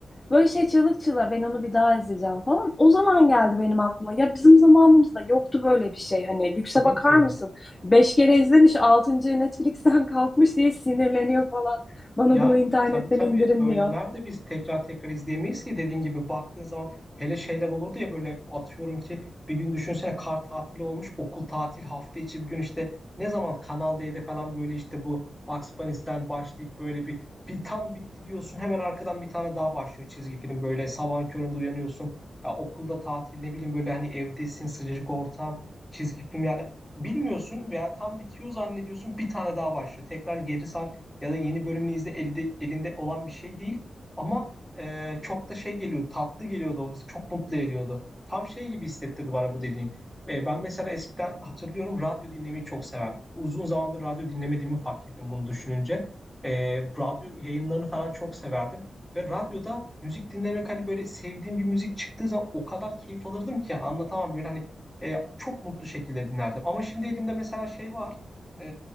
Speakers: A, on the left (about 25°); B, in the centre.
A: Böyle şey çığlık çığlığa ben onu bir daha izleyeceğim falan. O zaman geldi benim aklıma. Ya bizim zamanımızda yoktu böyle bir şey. Hani lükse
B: tabii
A: bakar
B: ki
A: mısın? Beş kere izlemiş, altıncı Netflix'ten kalkmış diye sinirleniyor falan. Bana
B: Ya
A: bunu internetten
B: tabii tabii
A: indirin
B: öyle
A: diyor.
B: nerede biz tekrar tekrar izleyemeyiz ki dediğin gibi baktığın zaman hele şeyler olurdu ya böyle atıyorum ki bir gün düşünsene kar tatili olmuş okul tatil hafta içi bir gün işte ne zaman Kanal D'de falan böyle işte bu Bugs Bunny'den başlayıp böyle bir bir tam bitti diyorsun hemen arkadan bir tane daha başlıyor çizgi film böyle sabahın köründe uyanıyorsun ya okulda tatil ne bileyim böyle hani evdesin sıcacık ortam çizgi film yani bilmiyorsun veya tam bitiyor zannediyorsun bir tane daha başlıyor tekrar geri sarkıyor ya da yeni bölümünü izle elde, elinde olan bir şey değil. Ama e, çok da şey geliyor, tatlı geliyordu, çok mutlu ediyordu. Tam şey gibi hissettirdi bana bu dediğin. E, ben mesela eskiden hatırlıyorum radyo dinlemeyi çok severdim. Uzun zamandır radyo dinlemediğimi fark ettim bunu düşününce. E, radyo yayınlarını falan çok severdim. Ve radyoda müzik dinlemek hani böyle sevdiğim bir müzik çıktığı zaman o kadar keyif alırdım ki yani anlatamam böyle hani e, çok mutlu şekilde dinlerdim. Ama şimdi elimde mesela şey var. E,